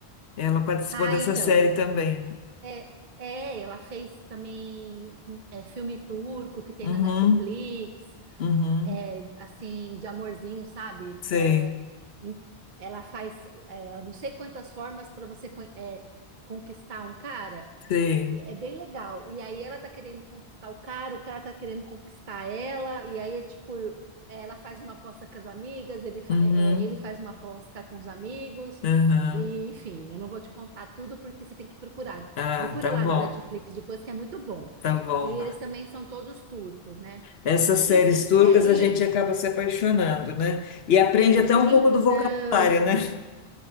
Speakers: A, on the left; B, on the right.
A: Ela participou
B: Ah,
A: dessa
B: então.
A: série também.
B: É, é, ela fez também é, filme turco que tem
A: Uhum,
B: na Netflix,
A: uhum.
B: é, assim, de amorzinho, sabe?
A: Sei,
B: É, em- ela faz, é, eu não sei quantas formas para você con- é, conquistar um cara.
A: sei.
B: E É bem legal. E aí ela tá querendo conquistar o cara, o cara tá querendo conquistar ela, e aí é tipo, é, ela faz uma aposta com as amigas, ele, fa-
A: Uhum,
B: é, é, ele faz uma aposta com os amigos,
A: uhum.
B: e enfim, eu não vou te contar tudo porque você tem que procurar.
A: Ah,
B: Procura
A: tá
B: lá
A: bom,
B: na Netflix depois, que é muito bom.
A: tá bom.
B: E eles também são todos turcos, né?
A: Essas séries
B: Enfim,
A: turcas
B: e aí,
A: a gente acaba se apaixonando, né? E aprende até um
B: então,
A: pouco do vocabulário, né?